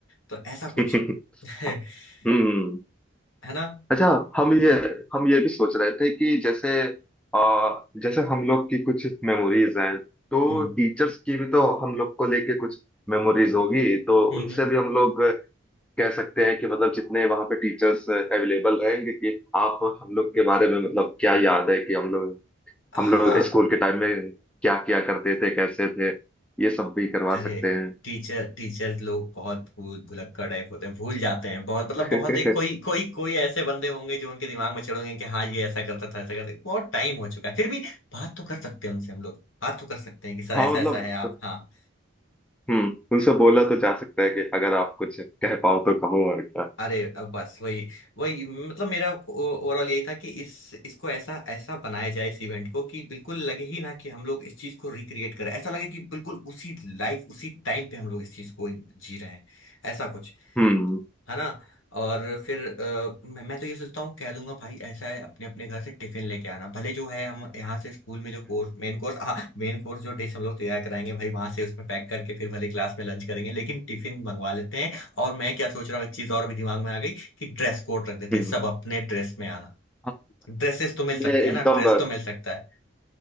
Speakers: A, on the left; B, in the centre.
A: तो ऐसा कुछ
B: <laughs>
A: <laughs>
B: हाँ, हम्म हम्म।
A: है ना
B: अच्छा हम ये हम ये भी सोच रहे थे कि जैसे आ, जैसे हम लोग की कुछ मेमोरीज हैं तो
A: हम्म
B: टीचर्स की भी तो हम लोग को लेके कुछ मेमोरीज होगी तो
A: हम्म
B: उनसे
A: हम्म
B: भी हम लोग कह सकते हैं कि मतलब जितने वहाँ पे टीचर्स अवेलेबल रहेंगे कि आप हम लोग के बारे में मतलब क्या याद है कि हम लोग
A: हाँ
B: हम लोग स्कूल के टाइम में क्या किया करते थे कैसे थे ये सब भी करवा
A: अरे
B: सकते हैं
A: टीचर टीचर लोग बहुत भूल भुलक्कड़ टाइप होते हैं भूल जाते हैं बहुत मतलब
B: <laughs>
A: बहुत एक कोई कोई कोई ऐसे बंदे होंगे जो उनके दिमाग में चढ़ोगे कि हाँ ये ऐसा करता था ऐसा करता था। बहुत टाइम हो चुका है फिर भी बात तो कर सकते हैं उनसे हम लोग बात तो कर सकते हैं कि सर
B: हाँ
A: ऐसा
B: मतलब
A: ऐसा है आप हाँ
B: हम्म उनसे बोला तो जा सकता है कि अगर आप कुछ कह पाओ तो कहो और क्या
A: अरे अब बस वही वही मतलब मेरा ओवरऑल यही था कि इस इसको ऐसा ऐसा बनाया जाए इस इवेंट को कि बिल्कुल लगे ही ना कि हम लोग इस चीज को रिक्रिएट करें ऐसा लगे कि बिल्कुल उसी लाइफ उसी टाइम पे हम लोग इस चीज को जी रहे हैं ऐसा कुछ
B: हम्म
A: है ना और फिर अ, मैं, मैं तो ये सोचता हूँ कह दूंगा भाई ऐसा है अपने अपने घर से टिफिन लेके आना भले जो है हम यहाँ से स्कूल में जो कोर्स मेन कोर्स हाँ मेन कोर्स जो डिश हम लोग तैयार कराएंगे भाई वहां से उसमें पैक करके फिर भले क्लास में लंच करेंगे लेकिन टिफिन मंगवा लेते हैं और मैं क्या सोच रहा हूँ एक चीज और भी दिमाग में आ गई कि ड्रेस कोड रख देते
B: हम्म
A: हैं सब अपने ड्रेस में आना
B: हाँ,
A: ड्रेसेस तो मिल सकते
B: ये एकदम
A: हैं ना ड्रेस तो मिल सकता है